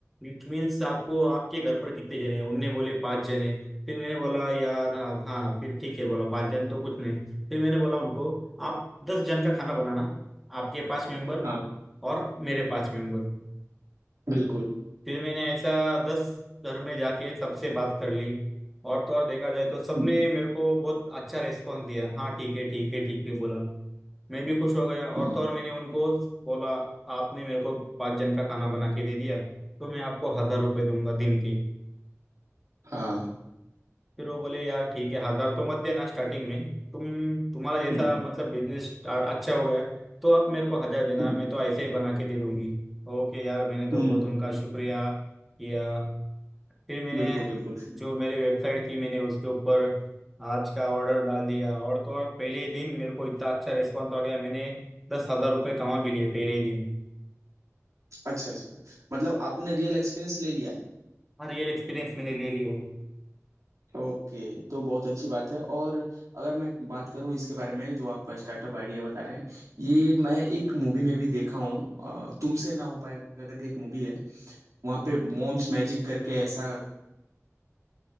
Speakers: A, in the centre; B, on the right.
A: इट मीन्स आपको आपके घर पर कितने जने हैं उनने बोले पाँच जने फिर मैंने बोला यार हाँ हाँ फिर ठीक है बोला पाँच जन तो कुछ नहीं फिर मैंने बोला उनको आप दस जन का खाना बनाना आपके पाँच मेंबर
B: हाँ
A: और मेरे पाँच मेंबर
B: बिल्कुल
A: फिर मैंने ऐसा दस घर में जाके सबसे बात कर ली और तो और देखा जाए तो सबने
B: हम्म
A: मेरे को बहुत अच्छा रेस्पॉन्स दिया हाँ ठीक है ठीक है ठीक है बोला मैं भी खुश हो गया और
B: हम्म,
A: तो और मैंने उनको बोला आपने मेरे को पाँच जन का खाना बना के दे दिया तो मैं आपको हजार रुपये दूंगा दिन के
B: हाँ
A: फिर वो बोले यार ठीक है हजार तो मत देना स्टार्टिंग में तुम तुम्हारा जैसा
B: हम्म
A: मतलब बिजनेस अच्छा हो गया तो आप मेरे को हजार देना
B: हम्म
A: मैं तो ऐसे ही बना के दे दूंगी ओके यार मैंने तो
B: हम्म
A: बहुत उनका शुक्रिया किया फिर मैंने
B: बिल्कुल बिल्कुल
A: जो मेरे वेबसाइट थी मैंने उसके ऊपर आज का ऑर्डर डाल दिया और तो और पहले ही दिन मेरे को इतना अच्छा रिस्पॉन्स आ गया मैंने दस हजार रुपये कमा भी लिए पहले ही दिन
B: अच्छा अच्छा मतलब आपने रियल एक्सपीरियंस ले लिया है
A: हाँ रियल एक्सपीरियंस मैंने ले लिया है
B: ओके तो बहुत अच्छी बात है और अगर मैं बात करूं इसके बारे में जो आप स्टार्टअप आइडिया बता रहे हैं ये मैं एक मूवी में भी देखा हूं अ, तुमसे ना हो पाएगा करके एक मूवी है वहां पे मॉम्स मैजिक करके ऐसा